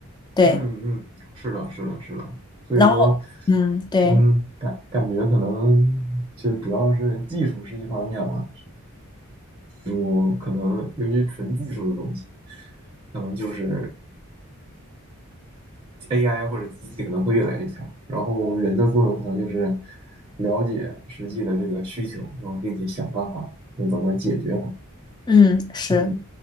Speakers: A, on the left; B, on the right.
A: 对，
B: 嗯嗯，是的，是的，是的。所以说，
A: 然后，嗯，对，
B: 嗯，感感觉可能就主要是技术是一方面吧，我可能尤其纯技术的东西，可能就是 AI 或者机器可能会越来越强，然后人的作用可能就是了解实际的这个需求，然后并且想办法那怎么解决它。
A: 嗯，是。
B: 嗯